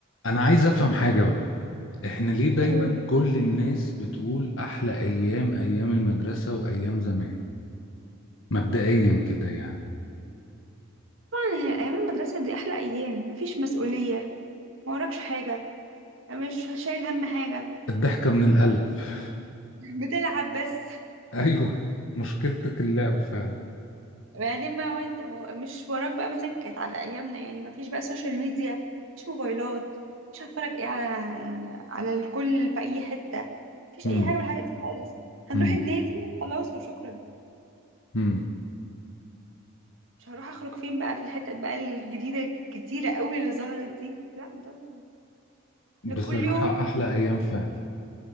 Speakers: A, on the left (about 70°); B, on the right (about 75°).
A: انا عايز افهم حاجة بقى احنا ليه دايما
B: طبعا
A: كل الناس بتقول احلى ايام ايام المدرسة وايام زمان مبدئيا كده يعني
B: ايام المدرسه دي احلى ايام مفيش مسؤوليه ما وراكش حاجه مش شايل هم حاجه
A: الضحكة من القلب <laughs>
B: بتلعب بس
A: ايوه مشكلتك اللعب فعلا
B: بعدين بقى وانت- مش وراك بقى مثلا كانت على ايامنا يعني مفيش بقى سوشيال ميديا مفيش موبايلات مش هتفرج ايه على على الكل في اي حته مفيش
A: امم
B: اي حاجه من الحاجات دي خالص هنروح
A: امم
B: النادي وخلاص وشكرا
A: امم
B: مش هروح اخرج فين بقى في الحتت بقى الجديده الكتيره قوي اللي ظهرت دي لا طبعا احنا
A: بصراحة
B: كل يوم
A: احلى ايام فعلا